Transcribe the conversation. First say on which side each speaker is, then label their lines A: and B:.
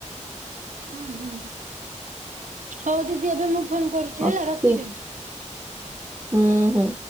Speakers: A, on the right; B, on the right.
A: ହୁଁ ହୁଁ ହଉ ଦିଦି ଏବେ ମୁଁ ଫୋନ କରୁଛି
B: ହସି
A: ହେଲା ରଖୁଛି।
B: ହୁଁ ହୁଁ।